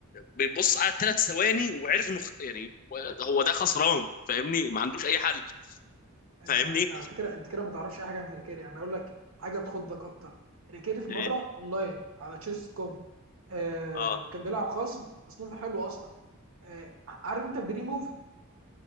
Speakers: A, on the left (about 40°); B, on the right (about 70°).
A: بيبص على ثلاث ثواني وعرف انه خ- يعني هو ده خسران فاهمني ما عندوش اي حل
B: انت
A: فاهمني
B: انت على فكره انت كده ما تعرفش اي حاجه عن هيركيري انا اقول لك حاجه تخضك اكتر هيركيري في
A: إيه،
B: مره اونلاين على تشيس كوم آه
A: اه
B: كان بيلعب خصم تصنيفه حلو اصلا آه عارف انت البري موف